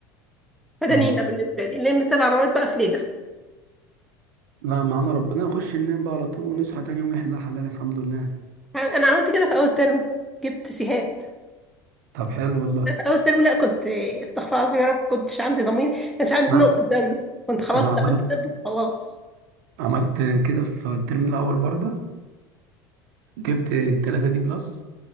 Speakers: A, in the centre; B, on the right.
A: فده
B: ايوه
A: نيلة بالنسبة لي لم سبع مواد بقى في ليلة
B: لا معانا ربنا نخش ننام بقى على طول ونصحى تاني يوم يحلها حلال الحمد لله
A: انا عملت كده في اول ترم جبت سيهات
B: طب حلو والله
A: اول ترم لا كنت استغفر الله العظيم يا رب كنتش عندي ضمير كانش عندي
B: ما
A: نقطة دم كنت خلاص
B: انا عملت
A: دخلت طب خلاص
B: عملت كده في الترم الاول برضه جبت تلاتة دي بلس